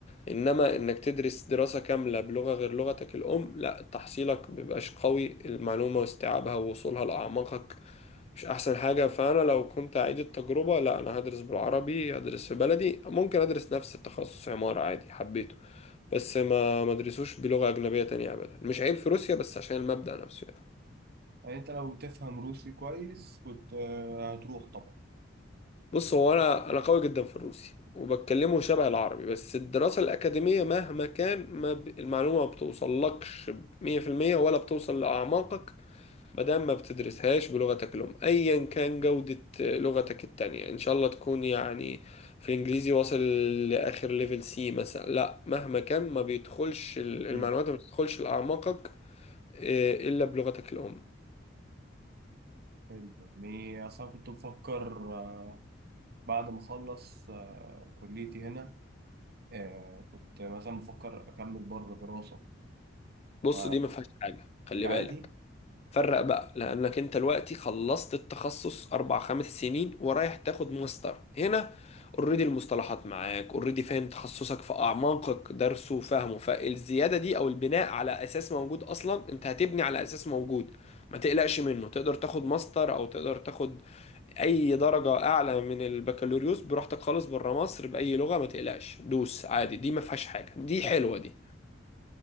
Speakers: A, on the left; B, on the right.
A: انما انك تدرس دراسة كاملة بلغة غير لغتك الام لا تحصيلك بيبقاش قوي المعلومة واستيعابها ووصولها لأعماقك مش احسن حاجة فانا لو كنت اعيد التجربة لا انا هدرس بالعربي هدرس في بلدي ممكن ادرس نفس التخصص عمارة عادي حبيته بس ما ما ادرسوش بلغة اجنبية تانية ابدا مش عيب في روسيا بس عشان المبدأ نفسه يعني
B: يعني أنت لو تفهم روسي كويس كنت آه، هتروح طبعا
A: بص هو انا انا قوي جدا في الروسي وبتكلمه شبه العربي بس الدراسة الأكاديمية مهما كان ما ب... المعلومة ما بتوصلكش 100% ولا بتوصل لأعماقك ما دام ما بتدرسهاش بلغتك الأم أيا كان جودة لغتك التانية إن شاء الله تكون يعني في الإنجليزي واصل لآخر ليفل سي مثلا لا مهما كان ما بيدخلش ال- المعلومات
B: مم.
A: ما بتدخلش لأعماقك آه، إلا بلغتك الأم
B: حلو. يعني أصلا كنت بفكر آه، بعد ما أخلص آه، كليتي هنا آه، كنت مثلا بفكر أكمل بره دراسة
A: بص
B: فدي
A: دي ما فيهاش حاجة خلي
B: عادي
A: بالك فرق بقى لانك انت دلوقتي خلصت التخصص اربع خمس سنين ورايح تاخد ماستر هنا اوريدي المصطلحات معاك اوريدي فاهم تخصصك في اعماقك درسه وفهمه فالزياده دي او البناء على اساس موجود اصلا انت هتبني على اساس موجود ما تقلقش منه تقدر تاخد ماستر او تقدر تاخد اي درجه اعلى من البكالوريوس براحتك خالص بره مصر باي لغه ما تقلقش دوس عادي دي ما فيهاش حاجه دي حلوه دي